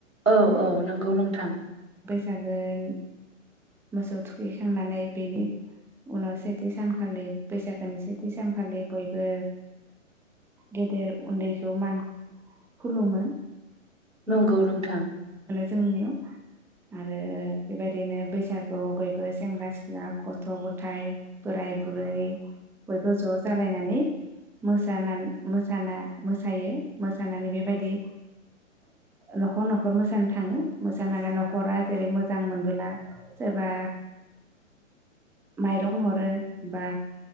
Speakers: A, on the right; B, in the centre.
A: औ औ नंगौ नोंथां।
B: सागोन मोसौ थुखैखांनानै बेनि उनाव सेथि सानखालि बैसागोनि सेथि सानखालि बयबो गेदेर उन्दैखौ मान खुलुमो।
A: नंगौ नोंथां।
B: मोनो जोंनियाव आरो बेबायदिनो बैसागुआव बयबो सेंग्रा सिख्ला गथ' गथायाइ बोराय बुरै बयबो ज' जालायनानै मोसा मोसाना मोसायो मोसानानै बेबायदि न'खर न खर मोसानो थाङो। मोसानानानै न'खरा जेरै मोजां मोनबोला सोरबा माइरं हरो बा